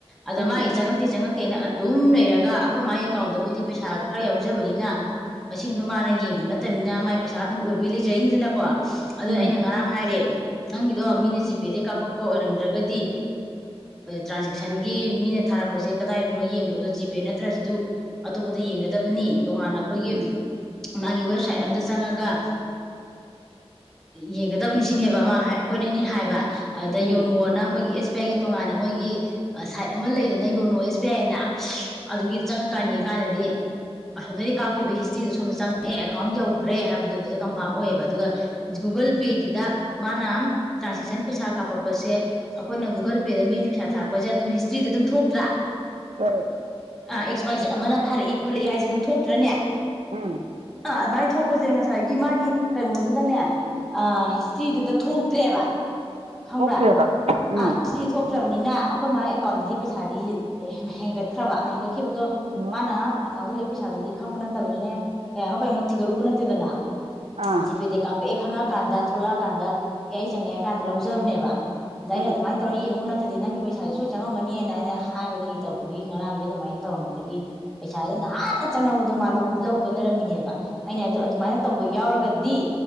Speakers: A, in the centre; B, on the right.
A: ꯑꯗ
B: ꯎꯝ
A: ꯃꯥ ꯆꯪꯉꯛ ꯆꯪꯛꯇꯦ ꯆꯪꯉꯛꯇꯦꯅ ꯑꯗꯨꯝ ꯂꯩꯔꯒ ꯑꯩꯈꯣꯏ ꯃꯥꯏ ꯑꯦꯀꯥꯎꯟꯗꯕꯨꯗꯤ ꯄꯩꯁꯥ ꯈꯔ ꯌꯥꯎꯖꯕꯅꯤꯅ ꯃꯁꯤꯡꯗꯣ ꯃꯥꯅ ꯌꯦꯡꯕ ꯅꯠꯇꯕꯅꯤꯅ ꯃꯥꯏ ꯄꯩꯁꯥ ꯑꯗꯨꯝ ꯑꯣꯏꯕꯒꯤ ꯂꯩꯖꯩꯗꯅ ꯀꯣ ꯑꯗꯨ ꯑꯩꯅ
B: ꯎꯝ
A: ꯉꯔꯥꯡ ꯍꯥꯏꯔꯦ ꯅꯪꯒꯤꯗꯣ ꯃꯤꯅ ꯖꯤꯄꯦꯗꯒꯤꯩ ꯀꯥꯞꯄꯛꯄ ꯑꯣꯏꯔꯝꯗ꯭ꯔꯒꯗꯤ ꯇ꯭ꯔꯥꯟꯖꯦꯛꯁꯟꯒꯤ ꯃꯤꯅ ꯊꯥꯔꯛꯄꯁꯦ ꯀꯗꯥꯏꯗꯅꯣ ꯌꯦꯡꯕꯗꯣ ꯖꯤꯄꯦ ꯅꯠꯇ꯭ꯔꯁꯨ ꯑꯇꯣꯞꯄꯗ ꯌꯦꯡꯒꯗꯕꯅꯤ ꯇꯣꯉꯥꯟꯅ ꯑꯩꯈꯣꯏꯒꯤ
B: ꯎꯝ
A: ꯃꯥꯒꯤ ꯋꯦꯕꯁꯥꯏꯠ ꯑꯝꯗ ꯆꯪꯉꯒ ꯌꯦꯡꯒꯗꯕꯅꯤ ꯁꯤꯅꯦꯕ ꯑꯃ ꯑꯩꯈꯣꯏꯅ ꯑꯩꯅꯩꯅ ꯍꯥꯏꯕ ꯑꯗꯨꯗ
B: ꯎꯝ
A: ꯌꯣꯅꯣꯅ ꯃꯣꯏꯒꯤ ꯑꯦꯁ ꯕꯤ ꯑꯥꯏꯒꯤ ꯇꯣꯉꯥꯟꯅ ꯃꯣꯏꯒꯤ ꯁꯥꯏꯠ ꯑꯃ ꯂꯩꯗꯅ ꯌꯣꯟꯅꯣ ꯑꯦꯁ ꯕꯤ ꯑꯥꯏꯅ ꯑꯗꯨꯒꯤꯗꯤ ꯆꯪꯉꯛꯀꯥꯟꯅꯤꯡ ꯀꯥꯟꯗꯗꯤ ꯑꯁꯣꯝꯗꯗꯤ ꯀꯥꯞꯈꯤꯕ ꯍꯤꯁꯇ꯭ꯔꯤꯗꯨꯣ ꯁꯣꯝꯗ ꯆꯪꯉꯛꯑꯦ ꯑꯦꯀꯥꯎꯟ ꯌꯧꯈ꯭ꯔꯦ ꯍꯥꯏꯕꯗꯨꯗ ꯀꯟꯐꯥꯔꯝ ꯑꯣꯏꯌꯦꯕ ꯑꯗꯨꯒ ꯒꯨꯒꯜ ꯄꯦꯒꯤꯗ ꯃꯥꯅ ꯇ꯭ꯔꯥꯟꯁꯦꯛꯁꯟ ꯄꯩꯁꯥ ꯀꯥꯞꯄꯛꯄꯁꯦ ꯑꯩꯈꯣꯏꯅ ꯒꯨꯒꯜ ꯄꯦꯗ ꯃꯤꯅ ꯄꯩꯁꯥ ꯊꯥꯔꯛꯄꯁꯦ ꯑꯗꯨꯝ ꯍꯤꯁꯇ꯭ꯔꯤꯗ ꯑꯗꯨꯝ ꯊꯣꯛꯇ꯭ꯔꯥ
B: ꯍꯣꯏ
A: ꯑꯥ ꯑꯦꯛꯁ ꯋꯥꯏ ꯖꯠ ꯑꯃꯅ ꯊꯥꯔꯛꯏ ꯈꯣꯠꯂꯛꯏ ꯍꯥꯏꯁꯦ ꯑꯗꯨꯝ ꯊꯣꯛꯇ꯭ꯔꯅꯦ
B: ꯎꯝ
A: ꯑꯥ ꯑꯗꯨꯃꯥꯏ ꯊꯣꯛꯄꯁꯦ ꯉꯁꯥꯏꯒꯤ ꯃꯥꯒꯤ ꯀꯩꯅꯣꯗꯨꯗꯅꯦ ꯑ ꯍꯤꯁꯇ꯭ꯔꯤꯗꯨꯗ ꯊꯣꯛꯇ꯭ꯔꯦꯕ ꯈꯪꯕ꯭ꯔꯥ
B: ꯊꯣꯛꯇ꯭ꯔꯦꯕ ꯎꯝ
A: ꯑꯥ ꯍꯤꯁꯇ꯭ꯔꯤ ꯊꯣꯛꯇ ꯆꯠꯇ꯭ꯔꯕꯅꯤꯅ ꯑꯩꯈꯣꯏ ꯃꯥꯒꯤ ꯑꯦꯀꯥꯎꯟꯗꯗꯤ ꯄꯩꯁꯥꯗꯤ ꯍꯦꯝꯍꯦꯟꯒꯠꯈ꯭ꯔꯕ ꯍꯦꯟꯒꯠꯈꯤꯕꯗꯣ
B: ꯑꯣ
A: ꯃꯥꯅ ꯑꯦꯀꯥꯎꯟꯗ ꯂꯩꯕ ꯄꯩꯁꯥꯗꯨꯗꯤ ꯈꯪꯕ ꯅꯠꯇꯕꯅꯤꯅꯦ ꯀꯌꯥꯅꯣ ꯀꯩꯅꯣ ꯊꯤꯒꯠꯂꯨꯕ ꯅꯠꯇꯦꯗꯅ
B: ꯑꯥ
A: ꯖꯤꯄꯦꯗ ꯀꯥꯞ ꯄꯣꯛꯑꯦ ꯈꯪꯉꯛꯑꯀꯥꯟꯗ ꯊꯣꯛꯂꯛꯑꯀꯥꯟꯗ ꯑꯦ ꯑꯩ ꯆꯪꯉꯦ ꯍꯥꯏ ꯀꯥꯟꯗ ꯂꯧꯖꯕꯅꯦꯕ ꯑꯗ ꯑꯩꯅ
B: ꯎꯝ
A: ꯑꯗꯨꯃꯥꯏꯅ ꯇꯧꯔ ꯌꯦꯡꯉꯨ ꯅꯠꯇꯗꯤ ꯅꯪꯒꯤ ꯄꯩꯁꯥꯁꯦ ꯁꯣꯏ ꯆꯪꯉꯝꯒꯅꯤꯅ ꯑꯩꯅ ꯍꯥꯏꯕꯗꯒꯤ ꯇꯧꯕꯒꯤ ꯉꯔꯥꯡꯁꯦ ꯑꯗꯨꯃꯥꯏꯅ ꯇꯧꯔꯝꯕꯗꯒꯤ ꯄꯩꯁꯥꯁꯦ ꯅꯍꯥꯟꯅ ꯆꯪꯉꯕꯗꯣ ꯃꯥ ꯂꯩ ꯂꯧꯗ ꯂꯩꯔꯝꯃꯤꯅꯦꯕ ꯑꯩꯅ ꯑꯗꯣ ꯑꯗꯨꯃꯥꯏꯅ ꯇꯧꯕ ꯌꯥꯎꯔꯒꯗꯤ